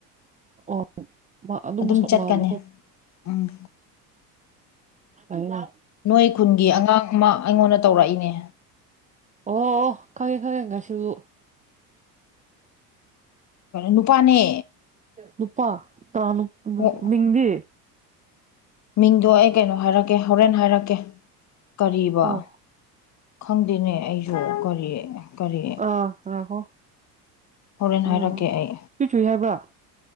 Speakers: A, on the right; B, on the left.
A: ꯑꯣ ꯑꯗꯨꯝꯕ
B: ꯑꯗꯨꯝ
A: ꯑꯣ
B: ꯆꯠꯀꯅꯤ ꯎꯝ
A: ꯍꯅ
B: ꯅꯣꯏ ꯈꯨꯟꯒꯤ ꯑꯉꯥꯡ ꯑꯃ ꯑꯩꯉꯣꯟꯗ ꯇꯧꯔꯛꯏꯅꯦ
A: ꯑꯣ ꯑꯣ ꯈꯪꯉꯦ ꯈꯪꯉꯦ ꯉꯥꯏꯁꯨ
B: ꯅꯨꯄꯥꯅꯦ
A: ꯅꯨꯄꯥ ꯇ꯭ꯔꯥꯅꯨ
B: ꯑꯣ
A: ꯃꯤꯡꯗꯤ
B: ꯃꯤꯡꯗꯣ ꯑꯩ ꯀꯩꯅꯣ ꯍꯥꯏꯔꯛꯀꯦ ꯍꯣꯔꯦꯟ ꯍꯥꯏꯔꯛꯀꯦ ꯀꯔꯤꯕ
A: ꯑꯣ
B: ꯈꯪꯗꯦꯅꯦ ꯑꯩꯁꯨ ꯀꯔꯤ ꯀꯔꯤ
A: ꯑꯥ ꯉꯥꯛꯈꯣ
B: ꯍꯣꯔꯦꯟ
A: ꯎꯝ
B: ꯍꯥꯏꯔꯛꯀꯦ ꯑꯩ
A: ꯁꯨ ꯁꯨꯏ ꯍꯥꯏꯕ꯭ꯔꯥ